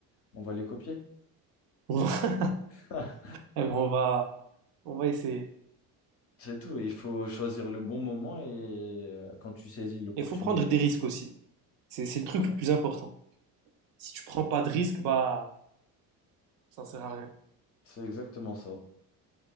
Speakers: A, on the left; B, on the right.
A: On va les copier.
B: <laughs>
A: <laughs>
B: On va, on va, on va essayer.
A: C'est tout. Il faut choisir le bon moment et euh, quand tu saisis l'opportunité,
B: Il faut prendre des risques aussi. C'est, c'est le
A: ouais,
B: truc
A: c'est ça.
B: le plus important. Si tu
A: C'est
B: prends pas de risques, bah, ça sert à rien.
A: c'est exactement ça,